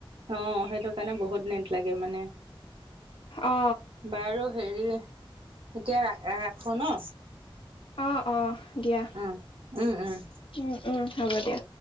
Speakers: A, on the right (about 75°); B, on the left (about 70°).
A: অ', সেইটো কাৰণে বহুত নেট লাগে মানে
B: অ
A: বাৰু হেৰি এতিয়া ৰাখো ন'।
B: অ অ দিয়া
A: উম, উম, উম।
B: উম, উম, হ'ব দিয়া।